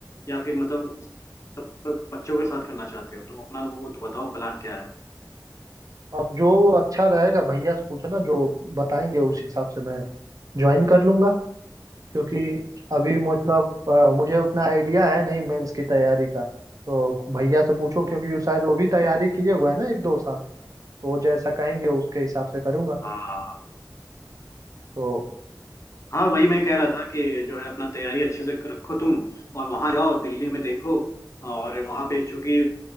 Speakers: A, on the left (about 40°); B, on the right (about 50°).
A: या फिर मतलब सब बच्चों के साथ करना चाहते हो तुम अपना वो तो बताओ प्लान क्या है
B: अब जो अच्छा रहेगा भैया से पूछना जो बताएंगे उस हिसाब से मैं ज्वाइन कर लूंगा क्योंकि अभी मतलब अ, मुझे उतना आइडिया है नहीं मेंस की तैयारी का तो भैया से पूछो क्योंकि शायद वो भी तैयारी किए हुआ है ना एक दो साल तो वो जैसा कहेंगे उसके हिसाब से करूँगा
A: हाँ
B: तो
A: हाँ वही मैं कह रहा था कि जो है अपना तैयारी अच्छे से रखो तुम और वहां जाओ दिल्ली में देखो और वहां पे चूंकि